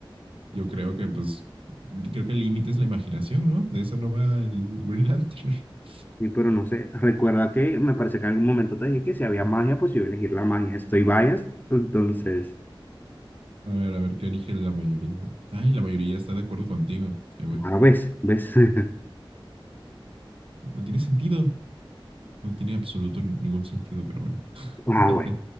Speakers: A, on the right; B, on the left.
A: Yo creo que, pues, creo que el límite es la imaginación, ¿no? De eso no va el Green Lantern. <laughs>
B: sí, pero no sé. Recuerda que me parece que en algún momento te dije que si había magia, pues yo iba a elegir la magia. Estoy biased, entonces,
A: A ver, a ver, ¿qué elige la mayoría? Ay, la mayoría está de acuerdo contigo. Qué bueno.
B: a ves, ves. <laughs>
A: No no tiene sentido. No tiene absoluto ningún sentido, pero bueno. <laughs>
B: Ah, bueno,